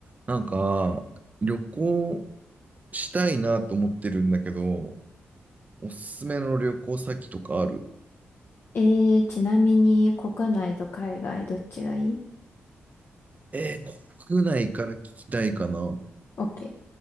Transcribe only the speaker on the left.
えー、ちなみに国内と海外どっちがいい
?OK。